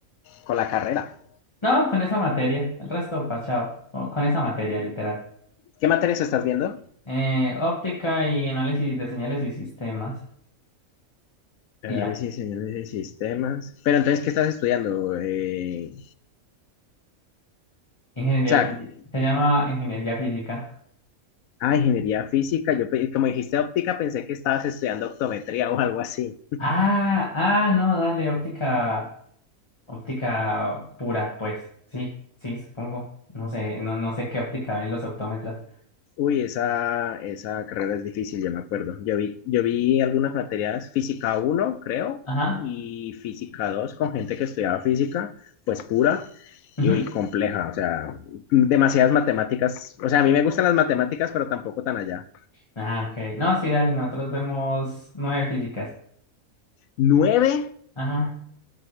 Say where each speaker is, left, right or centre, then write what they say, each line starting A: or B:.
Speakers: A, on the left (about 75°); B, on the left (about 20°).
A: con la carrera.
B: no, con esa materia. El resto, parchado. o Con esa materia, literal.
A: ¿Qué materias estás viendo?
B: Eh, óptica y análisis de señales y sistemas.
A: Análisis
B: Y ya.
A: y señales de sistemas. Pero entonces, ¿qué estás estudiando? Eh,
B: Ingeniería
A: o sea,
B: física. Se llama ingeniería física.
A: ah, ingeniería física. Yo, pe- como dijiste óptica, pensé que estabas estudiando optometría o algo así.
B: Ah, ah, no, dale, óptica, óptica pura, pues. Sí, sí, supongo. No sé, no, no sé qué óptica ven los optómetras.
A: Uy, esa, esa carrera es difícil, ya me acuerdo. Yo vi, yo vi algunas materias, física uno, creo,
B: Ajá.
A: y física 2 con gente que estudiaba física, pues pura
B: ujú.
A: y uy, compleja. O sea, demasiadas matemáticas. O sea, a mí me gustan las matemáticas, pero tampoco tan allá.
B: Ah, ok. No, sí, dale, nosotros vemos nueve físicas.
A: 9.
B: Ajá.